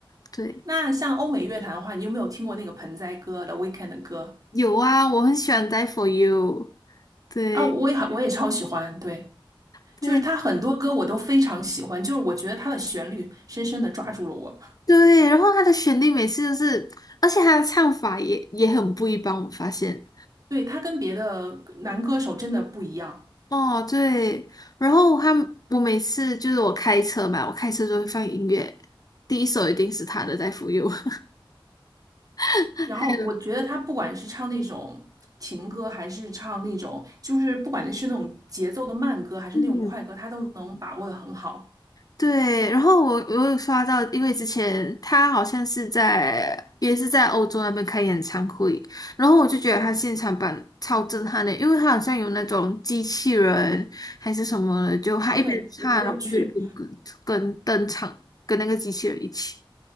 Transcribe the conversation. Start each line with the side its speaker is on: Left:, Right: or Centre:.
Left: 对，
Right: 那像欧美乐坛的话，你有没有听过那个盆栽哥的 Weeknd e 的歌
Left: 有啊，我很喜欢《Die for You》。对，
Right: 啊？我也很我也超喜欢，对，
Left: 对，
Right: 就是他很多歌我都非常喜欢，就是我觉得他的旋律深深的抓住了我。
Left: 对，然后他的旋律每次都是，而且他的唱法也也很不一般，我发现。
Right: 对，他跟别的男歌手真的不一样。
Left: 哦，对，然后他我每次就是我开车嘛，我开车就会放音乐，第一首一定是他的《Die for You》，<laughs>
Right: 然后我觉得他不管是唱那种情歌，
Left: 还有。
Right: 还是唱那种，就是不管是那种节奏的慢歌，还是那种快歌，
Left: 嗯。
Right: 他都能把握的很好。
Left: 对，然后我我有刷到，因为之前他好像是在也是在欧洲那边开演唱会，然后我就觉得他现场版超震撼的，因为他好像有那种机器人还是什么的，就他一边唱，
Right: 哦，对，我我有去，
Left: 然后就一边跟跟登场，跟那个机器人一起。